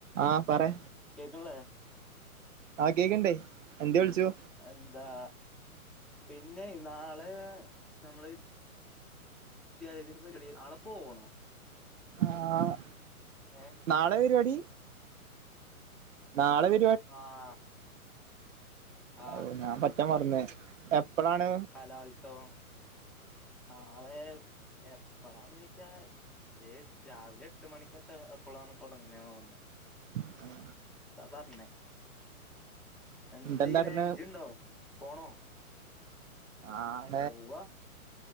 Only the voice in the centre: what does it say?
കേക്കൺലെ.
പിന്നെ
എന്താ പിന്നെയ് നാളെ നമ്മള് ദ്യാലയത്തില് പര്പാടി, നാളെ പോണോ?
ഏ
ആഹ്. ആഹ്
കലോത്സവം നാളെ എ എപ്പളാന്നോയ്ച്ചാ ഏഹ് രാവിലെ എട്ട് മണിക്കെത്ത എപ്പളാണ് തൊടങ്ങ്ണെ തോന്ന്ണെ തോന്നുന്ന്.
അതാ പറഞ്ഞെ എന്താ
ചെയ്യണേ ജ്ജ് ഇണ്ടോ, പോണോ?
പോവാ.